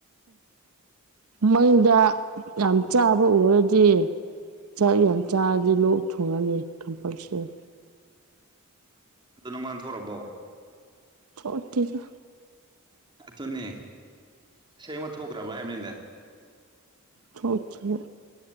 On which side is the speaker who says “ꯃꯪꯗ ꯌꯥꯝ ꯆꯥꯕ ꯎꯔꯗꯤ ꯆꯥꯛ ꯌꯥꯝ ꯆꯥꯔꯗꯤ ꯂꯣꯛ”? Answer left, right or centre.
Right